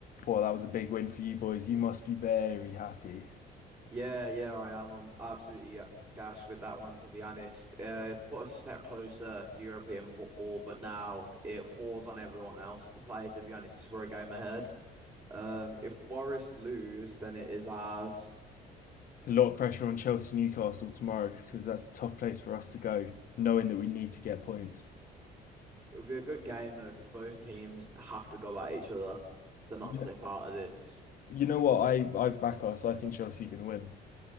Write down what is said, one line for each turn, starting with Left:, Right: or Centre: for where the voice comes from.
Left: Well, that was a big win for you boys. You must be very happy.
Right: Yeah, yeah, I am. I'm absolutely uh, gassed with that one, to be honest. Uh, it's put us a step closer to European football, but now it falls on everyone else to play, to be honest, because we're a game ahead. Um, if Forest lose, then it is ours.
Left: It's a lot of pressure on Chelsea Newcastle tomorrow because that's a tough place for us to go, knowing that we need to get points.
Right: It'll be a good game, though, because both teams have to go at each other to not
Left: Yeah.
Right: slip out of this.
Left: You know what? I, I back us. I think Chelsea are going to win.